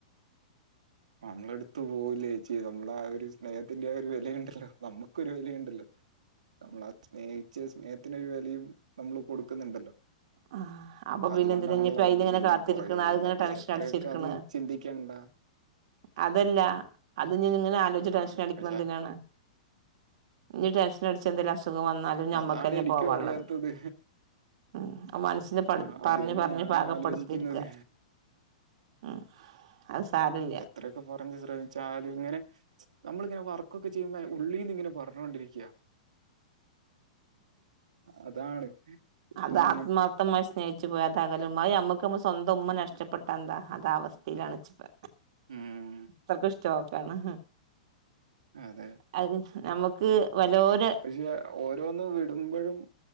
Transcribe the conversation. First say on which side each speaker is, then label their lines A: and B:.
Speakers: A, on the right (about 85°); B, on the right (about 60°).
A: നമ്മള എടുത്തു പോവുലേ ചേച്ചി നമ്മള ആ ഒരു സ്നേഹത്തിന്റെ ആ ഒരു വെലയുണ്ടല്ലോ നമ്മുക്കൊരു വെലയുണ്ടല്ലോ നമ്മൾ സ്നേഹിച്ച സ്നേഹത്തിനൊരു വിലയും നമ്മൾ കൊടുക്കുന്നുണ്ടല്ലോ
B: ആഹ് അപ്പൊ
A: അതുകൊണ്ടാണല്ലോ
B: പിന്നെ എന്തിന ഇനിപ്പ അയിന്
A: നമ്മള്
B: ഇങ്ങനെ
A: പിന്നെയും
B: കാത്തിരിക്കണ്
A: പുറകെ പോകുന്നത്.
B: അതിങ്ങനെ
A: പക്ഷെ
B: ടെൻഷൻ
A: എത്രയൊക്കെ
B: അടിച്ചിരിക്കണ്
A: അത് ചിന്തിക്കണ്ട.
B: അതല്ല അത് നി ഇങ്ങനെ ആലോചിച്ച്
A: ആഹ്
B: ടെൻഷൻ അടിക്കണ
A: പക്ഷെ
B: എന്തിനാണ് ഇനി ടെൻഷൻ അടിച്ച എന്തേലും അസുഖം വന്നാലും ഞമ്മക്കന്നെ
A: അതാണ് എനിക്കും
B: പോവാൻള്ളത്
A: അറിയാത്തത്.
B: ഉം അത് മനസ്സിനെ പ
A: ആഹ്
B: പറഞ്ഞ്
A: അത് തന്നെ
B: പറഞ്ഞ്
A: ഞാനും
B: പാകപ്പെടുത്തിരിക്ക
A: ആലോചിക്കുന്നത്.
B: ഉം അത് സാരോല്ല
A: അത്രയൊക്കെ പറഞ്ഞ് ശ്രമിച്ചാലും ഇങ്ങനെ നമ്മളിങ്ങനെ വർക്കൊക്കെ ചെയ്യുമ്പ ഉള്ളിൽന്ന് ഇങ്ങനെ പറഞ്ഞുകൊണ്ടിരിക്കയാ അതാണ്
B: അത്
A: ഈ,
B: ആത്മ ത്തമായി സ്നേഹിച്ചു പോയ അതകലും അത് നമ്മക്ക് മ്മളെ സ്വന്തം ഉമ്മ നഷ്ടപ്പെട്ട എന്താ അത ആ അവസ്ഥയിലാണപ്പോ
A: ഉം
B: അത്രക്ക് ഇഷ്ടക്കാണ്
A: അതെ
B: അത് നമുക്ക് വലോരോ
A: പക്ഷെ ഓരോന്ന് വിടുമ്പഴും